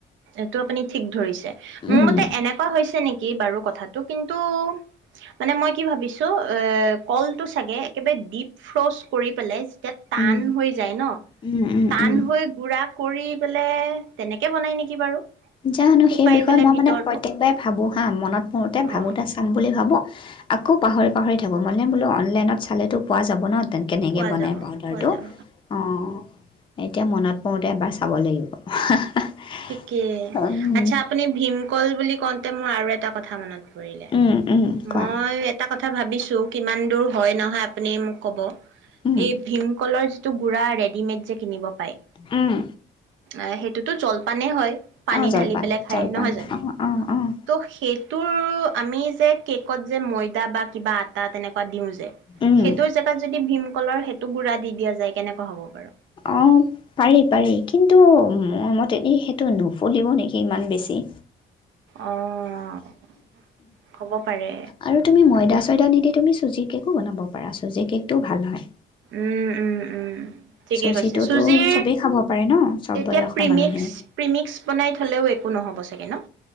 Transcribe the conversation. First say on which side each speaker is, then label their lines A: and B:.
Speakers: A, on the right; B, on the left.
A: এইটো আপুনি ঠিক ধৰিছে। মোৰ
B: উম,
A: মতে এনেকুৱা হৈছে নেকি বাৰু কত থাটো কিন্তু, মানে মই কি ভাবিছ তো এ, কল টো চাগে একেবাৰে ডিপ ফ্ৰচ কৰি পেলাই টান
B: উম,
A: হৈ যায় ন?
B: উম, উম,
A: টান
B: উম।
A: হৈ গুৰা কৰি পেলে, তেনেকে বনায় নেকি বাৰু?
B: জানো
A: শুকাই
B: সেই বিষয়ে
A: পেলাই
B: মই
A: ভিতৰটো
B: মানে প্ৰত্যেকবাৰে ভাবো। আ, মনত পৰোঁতে
A: অ
B: ভাবোঁতে চাম বুলি ভাবোঁ, আকৌ পাহৰি পাহৰি থাকোঁ। মানে বোলো অনলাইনত চালেতো পোৱা যাব ন <unintelligible> কেনেকে
A: পোৱা
B: বনাই
A: যাব
B: পাওদাৰটো,
A: পোৱা যাব
B: অ', এতিয়া মনত পৰোঁতে এবাৰ চা <unintelligible> লাগিব <inaudible>
A: ঠিক কে,
B: উম,
A: আচ্ছা আপুনি ভীমকল বুলি কওঁত তে মোৰ আৰু এটা কথা মনত পৰিলে।
B: উম, উম, কোৱা
A: মই এটা কথা ভাবিছোঁ, কিমান দূৰ হয় নহয় আপুনি মোক ক'ব।
B: উম,
A: এই ভীমকলৰ যি টো গুড়া ৰেডিমেড যে কিনিব পায়।
B: উম।
A: এ সেইটোতো জল পানেই হয়। পানী
B: অ', জলপান
A: ঢালি পেলাই খায়
B: জলপান
A: নহয় জানো?
B: অ', অ', অ',
A: ত' সেই তোৰ আমি যে কেকত যে ময়দা বা কিবা আটা তেনেকুৱা দিও য
B: উম,
A: সেইটোৰ জেগাত যদি ভীম কলৰ সেইটো গুড়া দি দিয়া যায়, কেনেকুৱা হব বাৰু?
B: অ পাৰি পাৰি, কিন্তু মোৰ মতেদি সেইটো নুফুলিব নেকি ইমান বেছি!
A: অ'। অ', কব পাৰে।
B: আৰু তুমি ময়দা নিদি তুমি চুজিৰ কেকো বনাব পাৰা, চুজিৰ কেকটোও ভাল হয়।
A: উম, উম, উম। ঠিকে
B: চুজিটোতো
A: কৈছে, চুজিৰ
B: চবেই খাব পাৰে ন চব
A: তেতিয়া
B: বয়সৰ
A: প্ৰিমিক্স
B: মানুহে।
A: প্ৰিমিক্স বনাই থলেও একো নহব চাগে ন?